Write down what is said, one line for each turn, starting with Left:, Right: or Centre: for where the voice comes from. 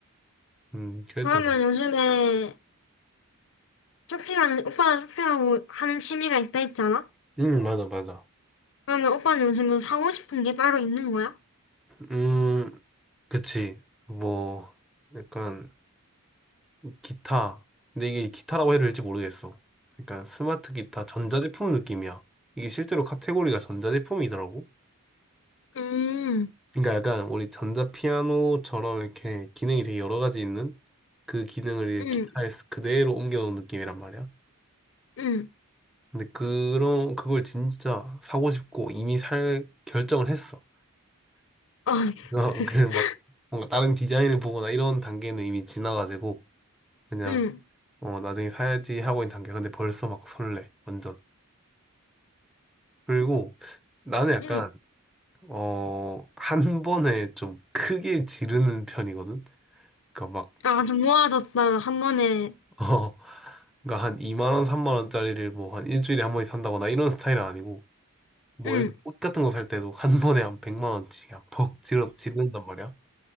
Centre: 음 그랬던
Left: 어, 그러면
Centre: 거.
Left: 요즘에 쇼핑하는, 오빠는 쇼핑하고 하는 취미가 있다 했잖아?
Centre: 음 맞아 맞아.
Left: 그러면 오빠는 요즘 뭐 사고 싶은 게 따로 있는 거야?
Centre: 음 그치. 뭐 약간 기타. 근데 이게 기타라고 해야 될지 모르겠어. 그러니까 스마트 기타, 전자제품 느낌이야. 이게 실제로 카테고리가 전자제품이더라고.
Left: 음,
Centre: 그러니까 약간 우리 전자피아노처럼 이렇게 기능이 되게 여러 가지 있는 그 기능을 이제
Left: 응,
Centre: 기타에 그대로 옮겨놓은 느낌이란 말이야.
Left: 응.
Centre: 근데 그런, 그걸 진짜 사고 싶고 이미 살 결정을 했어.
Left: 아,
Centre: <laughs> 어,
Left: <laughs>
Centre: 그냥 막 뭔가 다른 디자인을 보거나 이런 단계는 이미 지나가지고 그냥
Left: 응,
Centre: 어, 나중에 사야지 하고 있는 단계야. 근데 벌써 막 설레. 완전. 그리고 나는 약간
Left: 응.
Centre: 어, 한 번에 좀 크게 지르는 편이거든. 그러니까 막
Left: 아, 좀 모아뒀다가 한 번에,
Centre: 어, 그러니까 한 2만 원, 3만 원짜리를 뭐 한 일주일에 한 번씩 산다거나 이런 스타일은 아니고 뭐
Left: 응,
Centre: 예를 들어 옷 같은 거 살 때도 한 번에 한 100만 원씩 그냥 퍽 지르 지른단 말이야.